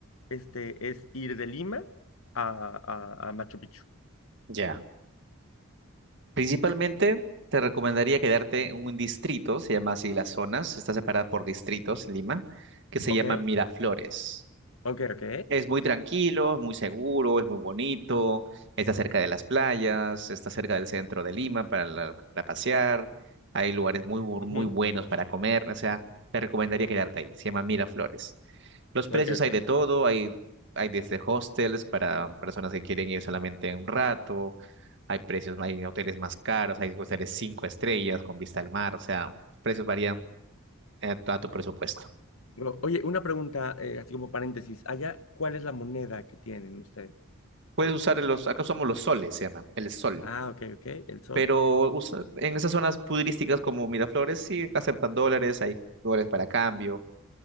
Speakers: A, on the left; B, on the right.
A: este, es ir de Lima a, a, a Machu Picchu.
B: Ya. Principalmente te recomendaría quedarte en un distrito, se llama así las zonas, está separada por distritos, Lima, que se
A: ¿Ok?
B: llama Miraflores.
A: Ok, ok.
B: Es muy tranquilo, es muy seguro, es muy bonito, está cerca de las playas, está cerca del centro de Lima para, la- para pasear, hay lugares muy, bu-
A: Ujú,
B: muy buenos para comer, o sea, te recomendaría quedarte ahí, se llama Miraflores. Los precios
A: Ok, ok.
B: hay de todo, hay, hay desde hostels para personas que quieren ir solamente un rato, hay precios, hay hoteles más caros, hay hoteles cinco estrellas con vista al mar, o sea, precios varían eh, a tu presupuesto.
A: Bueno, Oye, una pregunta, eh, así como paréntesis. Allá, ¿cuál es la moneda que tienen ustedes?
B: Puedes usar los, acá usamos los soles, se llama, el sol.
A: Ah, ok, ok. El sol.
B: pero usa- en esas zonas pudirísticas como Miraflores sí aceptan dólares, hay lugares para cambio,